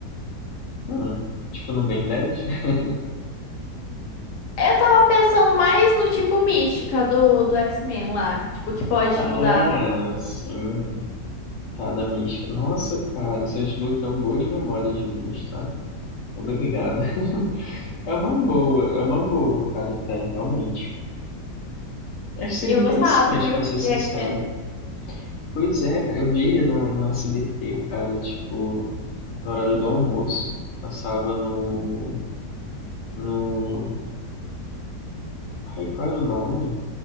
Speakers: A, on the left; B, on the left.
A: Hum, tipo, no Ben 10? <laughs>
B: Eu tava pensando mais no tipo mística do, do X-Men lá. Tipo, que pode
A: Ah,
B: mudar.
A: sim, tá, da mística. Nossa, cara, você desbloqueou boas memórias minhas, tá? Obrigado. <laughs> É uma boa, é uma boa, cara, até, realmente. Acho que seria
B: Eu
A: interessante,
B: gostava, viu,
A: pra ser sincero.
B: de X-Men.
A: Pois é, cara, eu vi no, no SBT, cara, tipo, no horário do almoço, passava no, no... Ai, qual era o nome?